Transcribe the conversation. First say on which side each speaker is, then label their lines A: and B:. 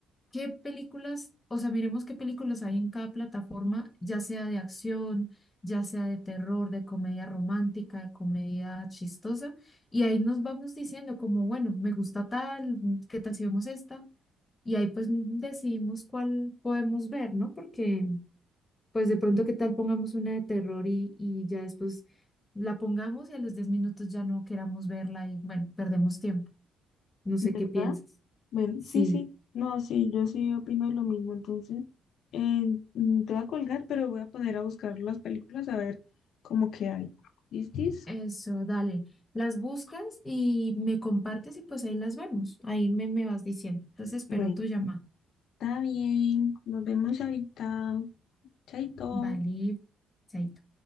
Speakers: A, on the left (about 30°); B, on the left (about 65°).
A: ¿Qué películas, o sea, miremos qué películas hay en cada plataforma, ya sea de acción, ya sea de terror, de comedia romántica, de comedia chistosa, y ahí nos vamos diciendo como, bueno, me gusta tal, mm, qué tal si vemos esta, y ahí pues mm, decidimos cuál podemos ver, ¿no? Porque pues de pronto qué tal pongamos una de terror y, y ya después la pongamos y a los 10 minutos ya no queramos verla y bueno, perdemos tiempo. No sé
B: ¿Verdad?
A: qué piensas.
B: Bueno,
A: Sí.
B: sí, sí. No, sí, yo sí opino lo mismo. Entonces, eh, mm, te voy a colgar, pero voy a poner a buscar las películas a ver cómo que hay. ¿Listis?
A: Eso, dale. Las buscas y me compartes y pues ahí las vemos. Ahí me, me vas diciendo. Entonces espero
B: Bueno,
A: tu llamada.
B: está bien. Nos vemos ahorita. Chaito.
A: Vale. chaito.